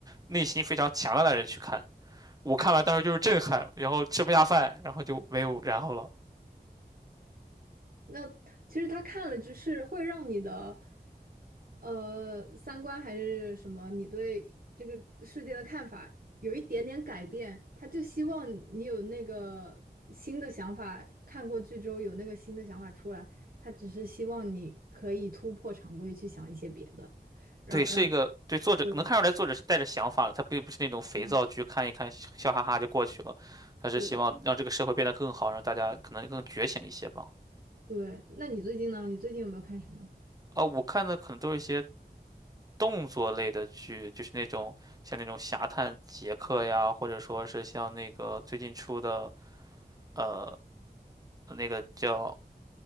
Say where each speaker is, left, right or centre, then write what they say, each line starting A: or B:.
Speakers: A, on the right; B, on the right.
A: 内心非常强大的人去看。我看完当时就是震撼，然后吃不下饭，然后就没有然后了。
B: 那其实他看了，就是会让你的，呃，三观还是什么，你对这个世界的看法有一点点改变。他就希望你有那个新的想法，看过剧之后有那个新的想法出来。他只是希望你可以突破常规，去想一些别的，让让你
A: 对，是一个对作者能看出来，
B: 对，
A: 作者是带着想法的，他并不是那种肥皂剧，
B: 嗯，
A: 看一看笑笑哈哈就过去了。他是希望让这个社会变得更好，
B: 是，
A: 让大家可能更觉醒一些吧。
B: 对。那你最近呢？你最近有没有看什么？
A: 啊，我看的可能都是一些动作类的剧，就是那种像那种《侠探杰克》呀，或者说是像那个最近出的呃那个叫